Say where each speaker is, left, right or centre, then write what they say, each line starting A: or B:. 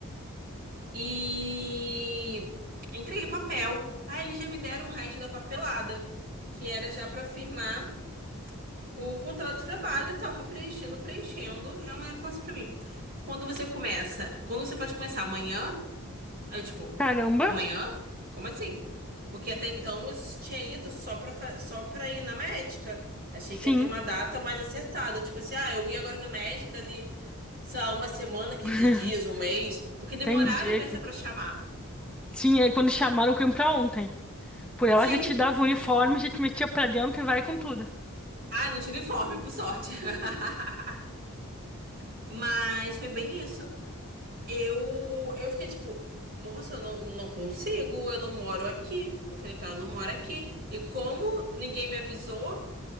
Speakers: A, on the right; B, in the centre.
A: e. Entreguei papel. Aí eles já me deram o resto da papelada, que era já pra firmar o contrato de trabalho e tal. Fui preenchendo, preenchendo. E a mulher falou assim pra mim: quando você começa? Quando você pode começar? Amanhã? Aí eu, tipo,
B: Caramba,
A: amanhã? Como assim? Porque até então eu tinha ido só pra, fa- só pra ir na médica. Achei
B: sim.
A: que ia ter uma data mais acertada. Tipo assim, ah, eu ia agora na médica, dali, sei lá, uma semana, 15
B: <laughs>
A: dias, um mês. Porque demoraram
B: Entendi.
A: a beça
B: que-
A: pra chamar.
B: Sim, aí quando chamaram, eu pra ontem. Por ela
A: Sim.
B: já te dava o uniforme, já te metia pra dentro e vai com tudo.
A: Ah, não tinha uniforme, por sorte. <laughs> Mas foi bem isso. Eu, eu fiquei tipo, moça, eu não, não consigo, eu não moro aqui. Eu falei pra ela, eu não moro aqui. E como ninguém me avisou.